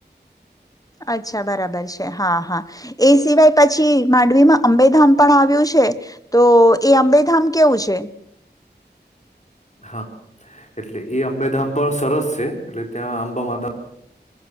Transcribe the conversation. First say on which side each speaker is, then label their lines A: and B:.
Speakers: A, on the left (about 20°); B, on the left (about 40°).
A: અચ્છા બરાબર છે હા હા, એ સિવાય પછી માંડવીમાં અંબેધામ પણ આવ્યું છે, તો એ અંબેધામ કેવું છે?
B: હા, એટલે એ અંબેધામ પણ સરસ છે, એટલે ત્યાં અંબા માતા